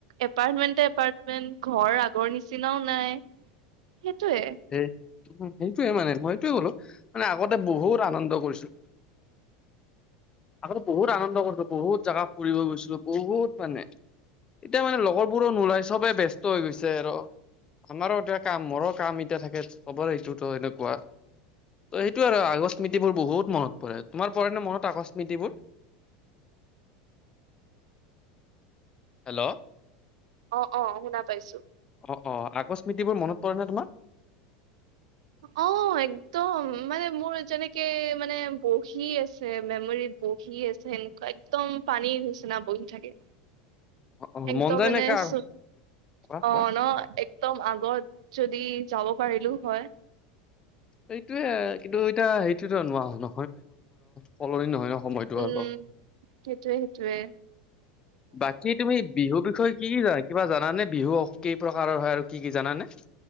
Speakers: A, on the right (about 80°); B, on the left (about 25°).
A: এপাৰ্টমেন্টে এপাৰ্টমেন্ট, ঘৰ আগৰ নিচিনাওঁ নাই, সেইটোৱে।
B: সেই, উ সেইটোয়ে মানে মই সটোয়ে ক'লো মানে আগত বহুত আনন্দ কৰিছো। আগতে বহুত আনন্দ কৰিছিলো, বহুত জেগা ফুৰিব গৈছিলো, বহুত মানে। এতিয়া মানে লগৰবোৰো নোলাই চবে ব ব্যস্ত হৈ গৈছে আৰু। আমাৰো এতিয়া কাম, মোৰো কাম এতিয়া থাকে, চবৰে এইটোতো সেনেকুৱা। ত' সেইটো আৰু, আগৰ স্মৃতিবোৰ বহুত মনত পৰে, তোমাৰ পৰে নে মনত আগস্মৃতিবোৰ? হেল্ল '।
A: অ', অ', শুনা পাইছোঁ।
B: অ', অ', আগস্মৃতিবোৰ মনত পৰে নে তোমাৰ?
A: অ', একদম, মানে মোৰ যেনেকে মানে বহি আছে, মেমৰিত বহি আছে সেনেকুৱা, একদম পানীৰ নিচিনাই বহি থাকে।
B: অ অ
A: একদম
B: মন যায়
A: মানে,
B: নে কা
A: চ'
B: কোৱা কোৱা
A: অ' ন। একদম আগত, যদি যাব পাৰিলো হয়।
B: এইটোয়ে, কিন্তু এতিয়া সেইটোতো <unintelligible> নহয় ন, সলনি নহয়। সময়টো
A: উম,
B: আৰু।
A: সেইটোৱে সেইটোৱে।
B: বাকী, তুমি বিহু বিষয়ে কি কিবা জানা নে, বিহু কেই প্ৰকাৰৰ হয়, আৰু কি কি জানানে?